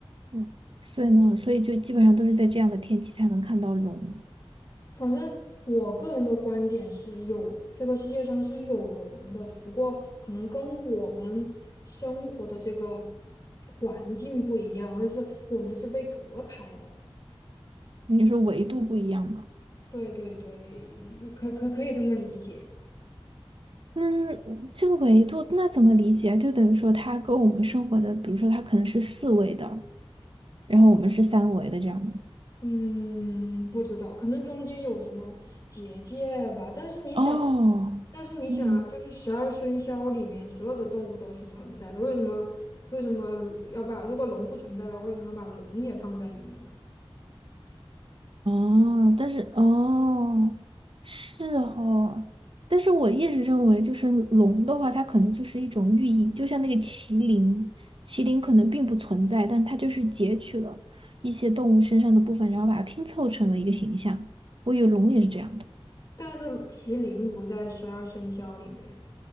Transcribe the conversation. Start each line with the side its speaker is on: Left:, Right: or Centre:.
Right: 嗯，所以呢，所以就基本上都是在这样的天气才能看到龙。
Left: 反正我个人的观点是有，这个世界上是有龙的，只不过可能跟我们生活的这个环境不一样，就是我们是被隔开的。
Right: 你说维度不一样吗？
Left: 对对对，就可可可以这么理解。
Right: 嗯，这个维度那怎么理解啊？就等于说它跟我们生活的，比如说它可能是四维的，然后我们是三维的这样的。
Left: 嗯，不知道，可能中间有什么结界吧。但是你想，
Right: 哦，
Left: 但是你想啊，
Right: 嗯。
Left: 就是十二生肖里面所有的动物都是存在的，为什么为什么要把如果龙不存在的话，为什么要把龙也放在里面呢？
Right: 哦，但是哦，是哈，但是我一直认为，就是龙的话，它可能就是一种寓意，就像那个麒麟，麒麟可能并不存在，但它就是截取了一些动物身上的部分，然后把它拼凑成了一个形象。我以为龙也是这样的。
Left: 但是麒麟不在十二生肖里面呀。